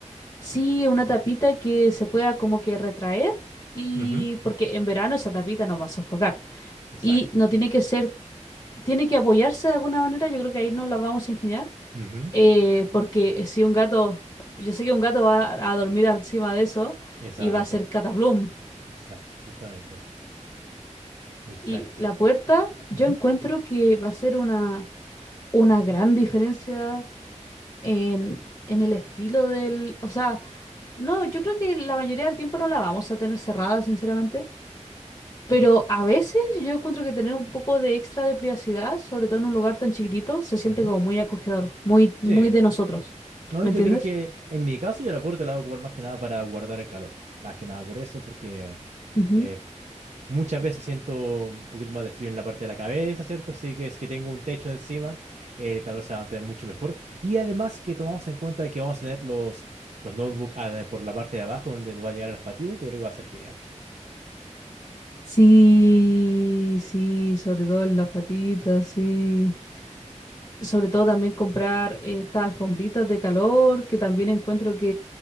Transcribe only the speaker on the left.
Sí, una tapita que se pueda como que retraer y
porque en verano esa tapita nos va a sofocar
y no tiene que ser, tiene que apoyarse de alguna manera, yo creo que ahí nos la vamos a ingeniar
eh, porque si un gato, yo sé que un gato va a dormir encima de eso
y va a ser cataplum
y la puerta yo
encuentro que va a ser una, una gran diferencia en, en el estilo del, o sea... No, yo creo que la mayoría del tiempo no la vamos a tener cerrada, sinceramente. Pero a veces yo encuentro que tener un poco de extra de privacidad, sobre todo en un lugar tan chiquitito, se siente
como muy acogedor, muy, muy
de nosotros.
¿Me
entiendes?
Ujú.
Sí, sí, sobre todo en las patitas, sí. Sobre todo también comprar eh, estas alfombritas de calor, que también encuentro